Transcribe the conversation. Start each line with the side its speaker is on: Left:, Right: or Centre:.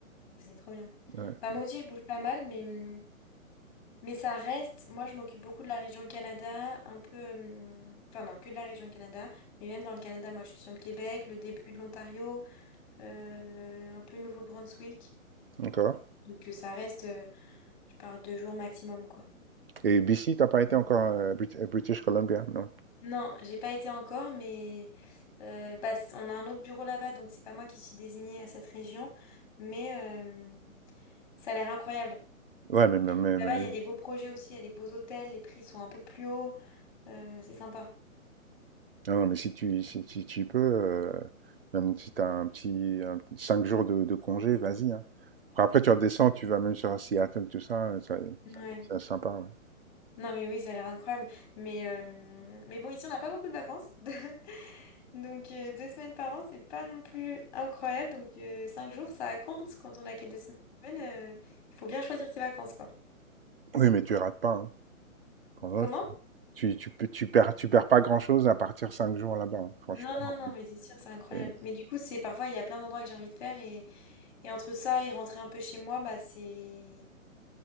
Left: c'est trop bien.
Right: ouais.
Left: Bah moi aussi, je bouge pas mal, mais... hum, Mais ça reste, moi je m'occupe beaucoup de la région Canada, un peu, hum, enfin non, que de la région Canada, mais même dans le Canada, moi je suis sur le Québec, le début de l'Ontario, euh, un peu Nouveau-Brunswick.
Right: Encore.
Left: Donc euh, ça reste, euh, je parle deux jours maximum, quoi.
Right: Et BC, t'as pas été encore euh, Brit- euh, British Columbia, non?
Left: Non, j'ai pas été encore, mais euh, bah, c- on a un autre bureau là-bas, donc c'est pas moi qui suis désignée à cette région, mais euh, ça a l'air incroyable.
Right: Ouais, mais, mais,
Left: Puis
Right: mais-
Left: Là-bas,
Right: mais-
Left: il y a des beaux projets aussi, il y a des beaux hôtels, les prix sont un peu plus hauts, euh, c'est sympa.
Right: Non, non, mais si tu, si, si tu peux, euh, même si tu as un petit, un cinq jours de, de congé, vas-y. hein. Après, après, tu redescends, tu vas même sur Seattle, tout ça, euh, ça,
Left: Ouais.
Right: ça- c'est sympa. ouais.
Left: Non, mais oui, ça a l'air incroyable. Mais, euh, mais bon, ici, on n'a pas beaucoup de vacances. <laughs> Donc, euh, deux semaines par an, c'est pas non plus incroyable. Donc, euh, cinq jours, ça compte. Quand on a que deux semaines, euh, il faut bien choisir ses vacances, quoi.
Right: Oui, mais tu rates pas. hein. Quand même,
Left: Comment?
Right: Tu, tu, peux- tu perds, tu perds pas grand-chose à partir cinq jours là-bas. hein. Franchement,
Left: Non, non, non, mais c'est sûr, c'est incroyable.
Right: c'est-
Left: Mais du coup, c'est parfois, il y a plein d'endroits que j'ai envie de faire. Et, et entre ça et rentrer un peu chez moi, bah, c'est.